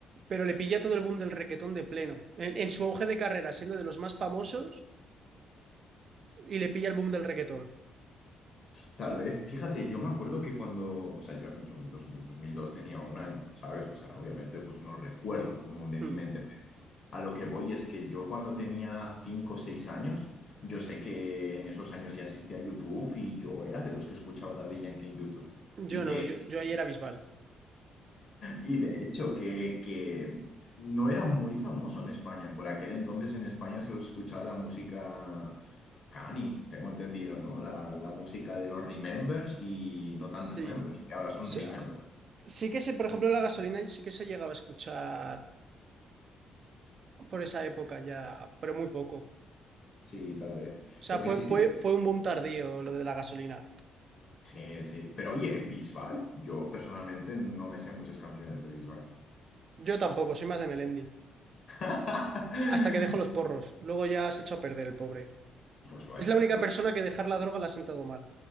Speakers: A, on the right (about 50°); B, on the left (about 50°).
A: pero le pilla todo el boom del reggaetón de pleno. En, en su auge de carrera, siendo de los más famosos, y le pilla el boom del reggaetón.
B: tal vez. Fíjate, yo me acuerdo que cuando, o sea, yo, yo en dos mil en dos mil dos tenía un año, ¿sabes? O sea, obviamente pues no lo recuerdo como de
A: Hmm.
B: mi mente. pero a lo que voy es que yo cuando tenía 5 o 6 años, yo sé que en esos años ya asistía a YouTube y yo era de los que escuchaba Daddy Yankee en YouTube.
A: Yo
B: Y de
A: no,
B: hecho,
A: yo, yo ahí era Bisbal.
B: Y de hecho, que, que no era muy famoso en España. Por aquel entonces en España se escuchaba la música cani, tengo entendido, ¿no? La, la música de los Remembers y no tan
A: Sí.
B: Remembers, que ahora
A: O
B: son
A: sea,
B: Remember.
A: sí que sé, por ejemplo, la gasolina sí que se llegaba a escuchar por esa época ya, pero muy poco.
B: Sí, tal vez.
A: O sea,
B: Lo
A: fue,
B: que sí
A: fue,
B: sí. que-
A: fue un boom tardío lo de la gasolina.
B: Sí, sí. Pero oye, Bisbal, yo personalmente no me sé muchas canciones de Bisbal.
A: Yo tampoco, soy más de Melendi.
B: <laughs>
A: Hasta que dejó los porros. Luego ya se echó a perder el pobre.
B: Pues vaya.
A: Es la única
B: pues-
A: persona que dejar la droga la ha sentado mal.